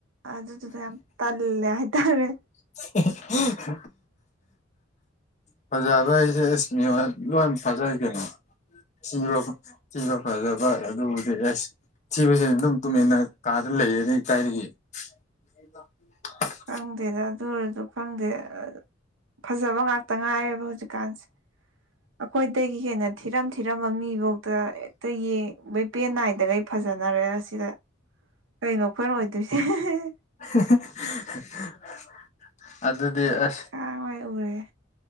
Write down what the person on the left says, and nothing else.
<unintelligible> ꯐꯖꯕ ꯍꯥꯏꯁꯦ ꯏꯁ ꯃꯤ ꯍꯣꯏ ꯂꯣꯏꯅ ꯐꯖꯩ ꯀꯩꯅꯣ ꯊꯤꯕ ꯊꯤꯕ ꯐꯖꯕ ꯑꯗꯨꯕꯨꯗꯤ ꯑꯦꯁ ꯊꯤꯕꯁꯤꯅ ꯑꯗꯨꯝ ꯇꯨꯃꯤꯟꯅ ꯀꯥꯗ ꯂꯩꯌꯦꯅꯤ ꯀꯥꯏꯗꯒꯤ <unintelligible>
<unintelligible> ꯑꯗꯨꯗꯤ
ꯑꯁ